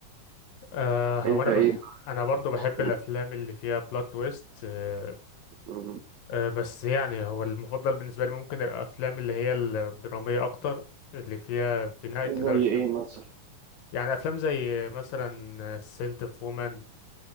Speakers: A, on the left; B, on the right.
A: آه هو
B: انت
A: انا
B: ايه
A: بح...
B: بقى
A: انا برضو بحب
B: ممكن-
A: الافلام اللي فيها بلوت تويست آه
B: مم.
A: آه بس يعني هو المفضل بالنسبه لي ممكن الافلام اللي هي الدراميه اكتر اللي فيها بناء كده
B: زي
A: على الشخص
B: ايه مثلا
A: يعني افلام زي مثلا سنت اوف وومن